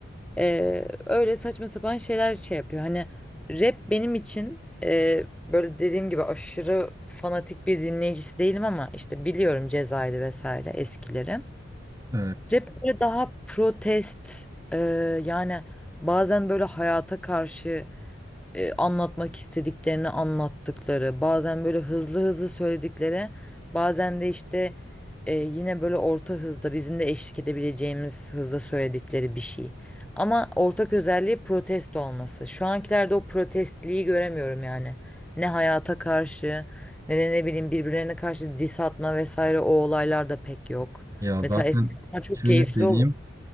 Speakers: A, in the centre; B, on the right.
A: ee, öyle saçma sapan şeyler şey yapıyor. Hani rap benim için e, böyle dediğim gibi aşırı fanatik bir dinleyicisi değilim ama işte biliyorum Ceza'ydı vesaire eskileri.
B: Evet.
A: Rap böyle daha protest e, yani bazen böyle hayata karşı e, anlatmak istediklerini anlattıkları, bazen böyle hızlı hızlı söyledikleri, bazen de işte e, yine böyle orta hızda bizim de eşlik edebileceğimiz hızda söyledikleri bir şey. Ama ortak özelliği protesto olması. Şu ankilerde o protestliği göremiyorum yani. Ne hayata karşı ne de ne bileyim birbirlerine karşı diss atma vesaire o olaylar da pek yok.
B: Ya
A: Mesela
B: zaten
A: eskiden bunlar çok
B: şöyle
A: keyifli
B: söyleyeyim.
A: olur.